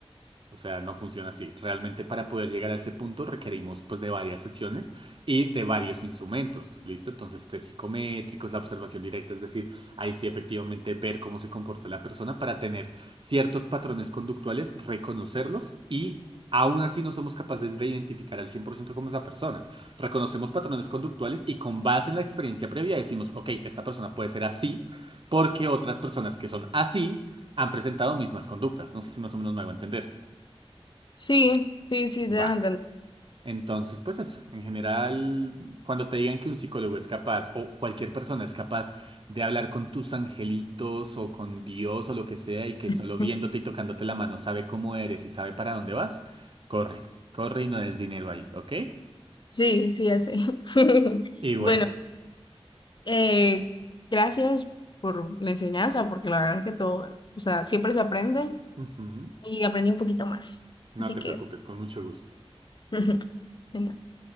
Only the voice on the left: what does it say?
Sí, sí, sí,
te das a entender.
<laughs>
Sí, sí, ya sé. <laughs>
Bueno, eh, gracias por la enseñanza, porque la verdad es que todo, o sea, siempre se aprende
y aprendí un poquito más.
Así
que,
<laughs> bueno,